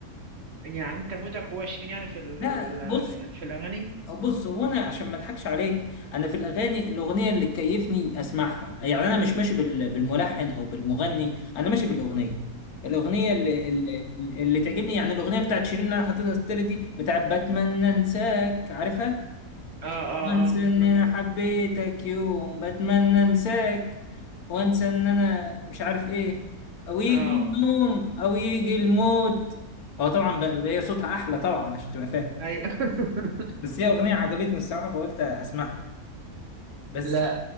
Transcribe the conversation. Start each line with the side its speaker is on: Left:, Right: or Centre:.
Right: يعني أنت مودك هو شيرين يعني في ال...
Left: لا بص
Right: في الأغاني
Left: آه، بص هو انا عشان ما اضحكش عليك انا في الاغاني الاغنيه اللي تكيفني اسمعها يعني انا مش ماشي بال- بالملحن او بالمغني انا ماشي بالاغنيه الاغنيه اللي اللي, اللي تعجبني يعني الاغنيه بتاعت شيرين اللي انا حاططها ستوري دي بتاعت بتمنى انساك عارفها
Right: اه اه
Left: وانسى
Right: اه بتمنى
Left: ان انا
Right: أنسى.
Left: حبيتك يوم بتمنى انساك وانسى ان انا مش عارف ايه او يجي
Right: اه
Left: النوم
Right: آه.
Left: او يجي الموت هو طبعا بقى بقى صوتها احلى طبعا عشان تبقى فاهم
Right: أي <laughs>
Left: بس هي أغنية عجبتني الصراحة فقلت أسمعها بس
Right: لا